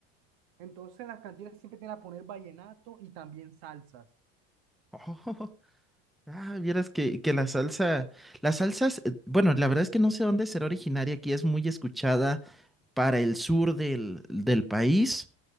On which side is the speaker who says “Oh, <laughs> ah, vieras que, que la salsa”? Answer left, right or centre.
Centre